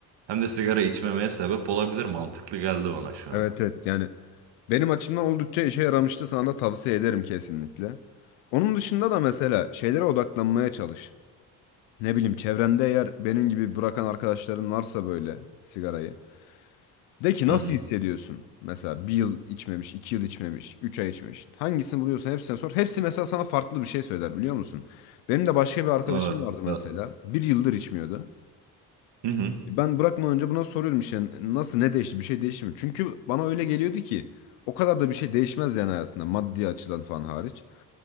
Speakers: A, on the right; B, on the left.
A: hem de sigara içmemeye sebep olabilir. Mantıklı geldi bana şu an.
B: Evet evet yani benim açımdan oldukça işe yaramıştı sana da tavsiye ederim kesinlikle. Onun dışında da mesela şeylere odaklanmaya çalış. Ne bileyim çevrende eğer benim gibi bırakan arkadaşların varsa böyle sigarayı. De ki
A: Hı
B: nasıl
A: hı.
B: hissediyorsun? Mesela bir yıl içmemiş, iki yıl içmemiş, üç ay içmemiş. Hangisini buluyorsan hepsine sor. Hepsi mesela sana farklı bir şey söyler biliyor musun? Benim de başka bir arkadaşım
A: Evet.
B: vardı mesela.
A: Evet.
B: Bir yıldır içmiyordu.
A: Hı hı.
B: Ben bırakmadan önce buna soruyorum işte nasıl ne değişti bir şey değişti mi? Çünkü bana öyle geliyordu ki o kadar da bir şey değişmez yani hayatında maddi açıdan falan hariç.